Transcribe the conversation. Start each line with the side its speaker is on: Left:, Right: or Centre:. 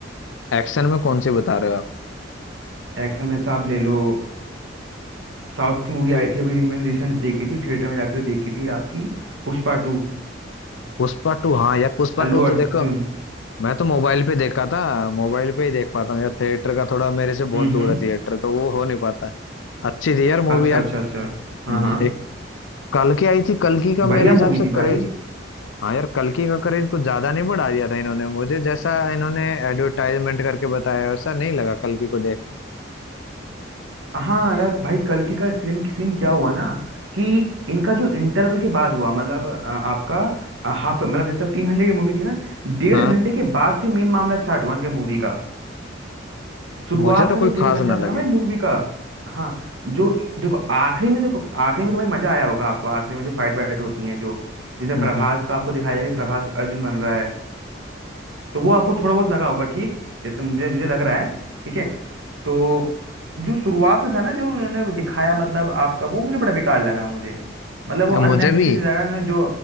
Left: एक्शन में कौन सी बता रहे हो आप
Right: एक्शन में तो आप ले लो साउथ की मूवी आई थी अभी मैंने रिसेंट देखी थी थिएटर में जाकर देखी थी आपकी पुष्पा टू
Left: पुष्पा टू हाँ यार पुष्पा
Right: अल्लू
Left: टू तो
Right: अर्जुन
Left: देखो मैं तो मोबाइल पे देखा था मोबाइल पे ही देख पाता हूँ यार थिएटर का थोड़ा मेरे से बहुत
Right: हम्म
Left: दूर है थिएटर तो वो हो नहीं पाता है अच्छी थी यार मूवी
Right: अच्छा
Left: यार
Right: अच्छा अच्छा हाँ
Left: हम्म,
Right: हाँ
Left: एक कल की आई थी कल की का मेरे
Right: बढ़िया
Left: हिसाब
Right: मूवी
Left: से
Right: थी
Left: करेज
Right: भाई
Left: हाँ यार कल की का करेज कुछ ज्यादा नहीं बढ़ा दिया था इन्होंने मुझे जैसा इन्होंने एडवर्टाइजमेंट करके बताया वैसा नहीं लगा कल की को देख
Right: हाँ यार भाई कल की का सीन सीन क्या हुआ ना कि इनका जो इंटरवल के बाद हुआ मतलब अ, आपका हाफ मतलब जैसा तीन घंटे की मूवी थी ना डेढ़
Left: हाँ
Right: घंटे के बाद से मेन मामला स्टार्ट हुआ इनके मूवी का शुरुआत
Left: मुझे तो
Right: का
Left: कोई
Right: जो डेढ़
Left: खास
Right: घंटा
Left: ना
Right: था ना
Left: लगी
Right: भाई मूवी का हाँ जो देखो आखिरी में देखो आखिरी में तो भाई मजा आया होगा आपको आखिरी में जो फाइट वाइट होती है जो जिसमें
Left: हम्म
Right: प्रभास का आपको दिखाया जाएगा कि प्रभास अर्जुन बन रहा है तो वो आपको थोड़ा बहुत लगा होगा ठीक जैसे मुझे मुझे लग रहा है ठीक है तो जो शुरुआत में था ना जो उन्होंने दिखाया मतलब आपका वो मुझे बड़ा बेकार लगा मुझे मतलब वो
Left: हम्म
Right: अननेसेसरी
Left: मुझे भी
Right: लगा उन्होंने जो